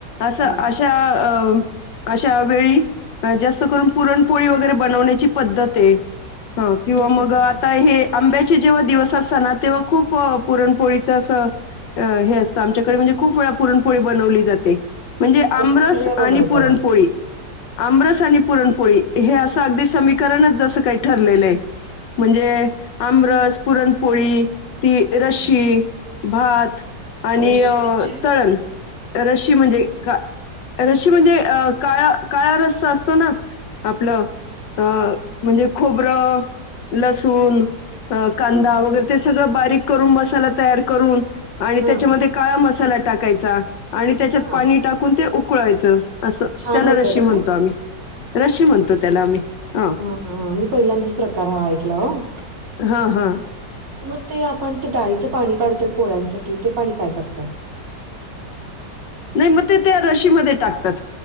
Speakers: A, on the left; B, on the right.
A: असं
B: हम्म.
A: अशा अ अशा वेळी जास्त करून पुरणपोळी वगैरे बनवण्याची पद्धत आहे हो किंवा
B: हम्म,
A: मग
B: हम्म, हम्म.
A: आंब्याचे जेव्हा दिवस असत ना तेव्हा खूप पुरणपोळीच असं हे असतं आमच्याकडे म्हणजे खूप वेळा पुरणपोळी बनवली जाते म्हणजे आमरस
B: तरी किती वेळा
A: आणि
B: बनवताय
A: पुरणपोळी आमरस आणि पुरणपोळी हे असं अगदी समीकरणच जसं काही ठरलेलं आहे म्हणजे आमरस पुरणपोळी ती रशी
B: हम्म.
A: भात आणि
B: रशी म्हणजे
A: तळण रशी म्हणजे का रशी म्हणजे अ काळा काळा रस्त असतो ना आपलं अ म्हणजे खोबरं लसुून अ कांदा
B: हां,
A: वगैरे ते सगळं बारीक. करून मसाला तयार करून. आणि
B: हां,
A: त्याच्यामध्ये काळा मसाला टाकायचा आणि त्याच्यात
B: हां.
A: पाणी टाकून ते. कुळायचं. असं
B: छान
A: त्याला
B: होतं
A: रशी
B: का
A: म्हणतो
B: ते?
A: आम्ही रशी म्हणतो त्याला आम्ही. हां
B: हा हा मी पहिल्यांदाच प्रकार हा ऐकला. लावू.
A: हा हा.
B: मग ते आपण ते डाळीचं पाणी काढत. पोळ्यांसाठी ते पाणी काय करतय.
A: नाही मग ते त्या रशीमध्ये टाकतात.